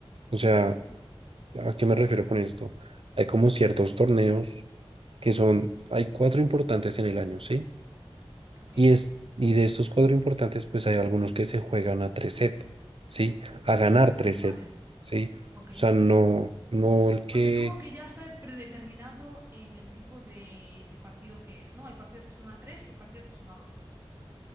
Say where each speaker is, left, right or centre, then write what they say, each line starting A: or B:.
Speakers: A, on the right; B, on the right.
A: O sea,
B: Ujú.
A: ¿a qué me refiero con esto? Hay como ciertos torneos que son, hay cuatro importantes en el año, ¿sí?
B: Ok.
A: Y, es, y de estos cuatro importantes, pues hay algunos que se juegan a tres set, ¿sí? A ganar tres
B: Vale,
A: set, ¿sí? O
B: ok.
A: sea, no, no el que,
B: O sea, es como que ya está predeterminado en el tipo de, de partido que es, ¿no? Hay partidos que son a tres y hay partidos que son a dos.